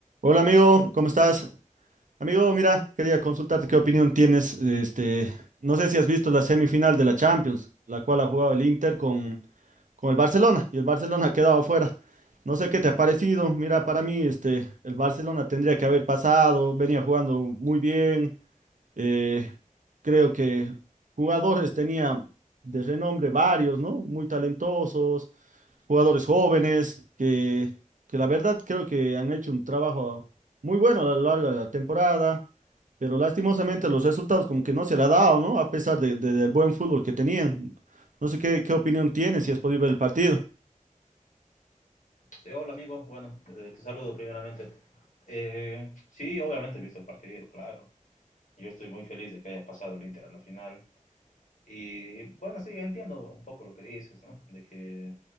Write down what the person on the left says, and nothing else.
Sí, hola amigo, bueno, eh, te saludo primeramente. Eh, sí, obviamente he visto el partido, claro. Yo estoy muy feliz de que haya pasado el Inter a la final. Y bueno, sí, entiendo un poco lo que dices, ¿no? De que